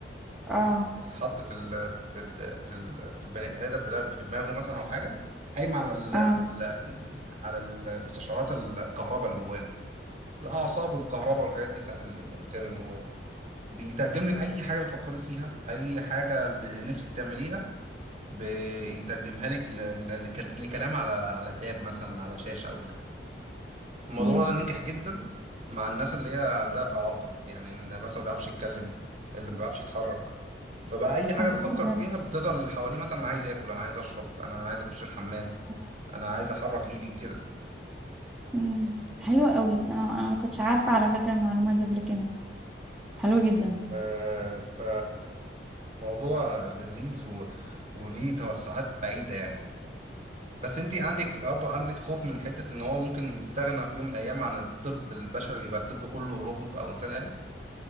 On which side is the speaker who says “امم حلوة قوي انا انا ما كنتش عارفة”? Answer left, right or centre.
Centre